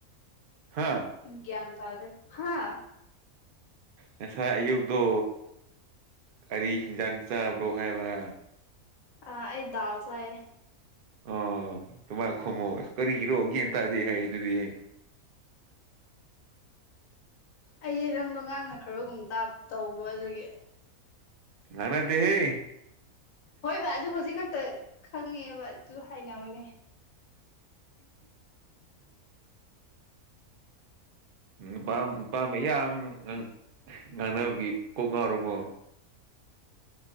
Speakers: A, on the right; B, on the left.
A: ꯍꯥ
B: ꯭ꯟ ꯇꯥꯔꯦ ꯍꯥꯥ
A: ꯉꯁꯥꯏ ꯑꯌꯨꯕꯗ ꯀꯔꯤ ꯍꯤꯟꯖꯥꯡ ꯆꯥꯕ꯭ꯔꯣ ꯍꯥꯏꯕ
B: ꯑ ꯑꯩꯗꯥꯎꯁꯑ
A: ꯑ ꯑꯗꯨꯨꯃꯥꯏ ꯈꯨꯝꯃꯣ ꯑ ꯀꯔꯤ ꯏꯔꯛꯑꯣꯒꯦꯇꯥꯗꯤ ꯍꯥꯏ ꯑꯗꯨꯗꯤ
B: ꯑꯩꯁꯦ ꯅꯪꯗꯣ ꯉꯥꯡꯅ ꯈꯔꯒꯨꯝ ꯇꯧꯕ ꯑꯗꯨꯒꯤ
A: ꯉꯅꯥ ꯇꯍꯦ
B: ꯍꯣꯏꯕ ꯑꯗꯨ ꯍꯧꯖꯤꯛ ꯈꯛꯇ ꯈꯪꯉꯦꯕ ꯑꯗꯨ ꯍꯥꯏꯅꯕꯅꯦ
A: ꯎ ꯄ ꯏꯄꯥ ꯌꯥ ꯉꯥꯡꯅꯕꯒꯤ ꯀꯣꯛ ꯉꯥꯎꯔꯨꯕꯣ